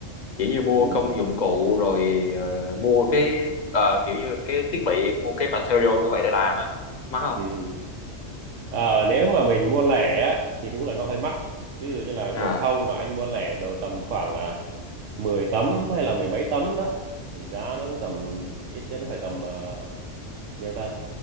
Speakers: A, on the left; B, on the right.
A: kiểu như mua
B: ừ,
A: công dụng cụ rồi ờ, mua cái ờ, kiểu như cái thiết bị mua cái material kiểu vậy để làm á mắc không
B: ừ. ừ. Ờ, nếu mà mình mua lẻ á thì đúng là nó hơi mắc ví dụ như là gỗ
A: à
B: thông mà anh mua lẻ đồ tầm khoảng à, 10 tấm hay là mười mấy tấm đó thì giá nó cũng tầm ít nhất cũng phải tầm uh, nhiêu ta